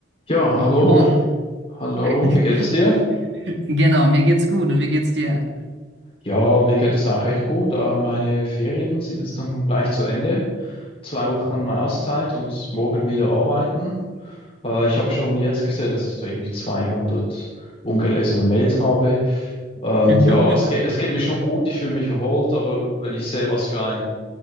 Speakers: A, on the left (about 30°); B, on the right (about 60°).
A: Ja, hallo,
B: Jo,
A: hallo,
B: <laughs>
A: wie geht es dir?
B: genau, mir geht's gut und wie geht's dir?
A: Ja, mir geht es auch recht gut. Äh, Meine Ferien sind jetzt dann gleich zu Ende. Zwei Wochen Auszeit und morgen wieder arbeiten. Äh, Ich habe schon jetzt gesehen, dass ich da irgendwie 200 ungelesene Mails habe. Ähm,
B: <laughs>
A: ja, es geht, es geht mir schon gut, ich fühle mich erholt, aber wenn ich sehe, was für ein